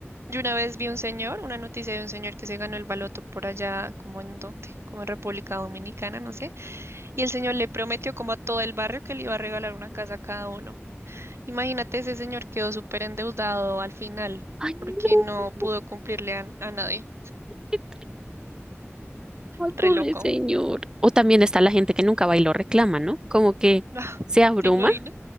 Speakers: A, on the right (about 70°); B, on the right (about 15°).
A: Yo una vez vi un señor, una noticia de un señor que se ganó el baloto por allá, como en dónde, como en República Dominicana, no sé. Y el señor le prometió como a todo el barrio que le iba a regalar una casa a cada uno. Imagínate, ese señor quedó súper endeudado al final
B: Ay,
A: porque no
B: no,
A: pudo cumplirle a, a nadie.
B: qué triste. Ay,
A: Re
B: pobre
A: loco.
B: señor. O también está la gente que nunca va y lo reclama, ¿no? Como que
A: <laughs>
B: se abruma,
A: ¿Te imaginas?